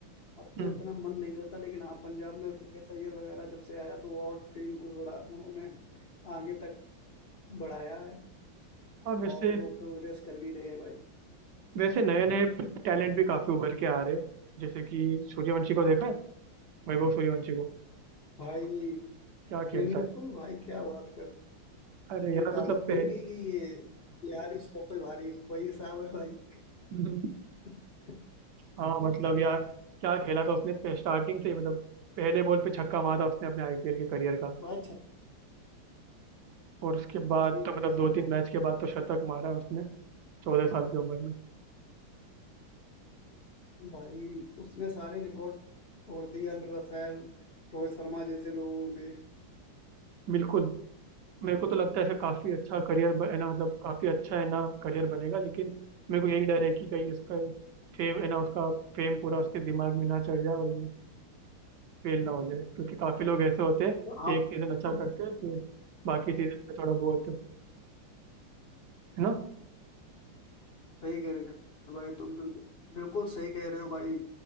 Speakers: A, on the left; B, on the right.
A: अब
B: हम्म
A: तो इतना मन नहीं करता लेकिन हाँ पंजाब में श्रेयस अय्यर वगैरह जब से आया तो और टीम को थोड़ा उन्होंने आगे तक बढ़ाया है
B: हाँ वैसे
A: और वो प्रोग्रेस कर भी रहे हैं भाई
B: वैसे नए नए टैलेंट भी काफी उभर के आ रहे हैं जैसे कि सूर्यवंशी को देखा है वैभव सूर्यवंशी को
A: भाई
B: क्या
A: बिल्कुल
B: खेलता है
A: भाई क्या बात कर
B: अरे
A: वो
B: यार
A: कहावत
B: मतलब
A: नहीं
B: पहले
A: कही गई है यार इस सौ पे भारी वही हिसाब है भाई
B: <laughs>
A: <laughs>
B: हाँ मतलब यार क्या खेला था उसने स्टार्टिंग से ही मतलब पहले बॉल पे छक्का मारा था उसने अपने आईपीएल के करियर का
A: भाई छ-
B: और उसके बाद
A: भाई
B: तो
A: तो
B: मतलब
A: बात
B: दो
A: है
B: तीन
A: भाई
B: मैच के बाद तो शतक मारा उसने चौदह साल की उम्र में
A: भाई उसने सारे रिकॉर्ड तोड़ दिए अंदर रसैल रोहित शर्मा जैसे लोगों के
B: बिल्कुल मेरे को तो लगता है इसका काफी अच्छा करियर है ना मतलब काफी अच्छा है ना करियर बनेगा लेकिन मेरे को यही डर है कि कहीं इसका फेम है ना उसका फेम पूरा उसके दिमाग में ना चढ़ जाए और वो फेल ना हो जाए क्योंकि काफी लोग ऐसे होते हैं
A: आप
B: एक सीजन अच्छा
A: हम्म
B: करते हैं फिर बाकी सीजन में थोड़ा बहुत है ना
A: सही कह रहे हो भाई तुम बिल्कुल बिल्कुल सही कह रहे हो भाई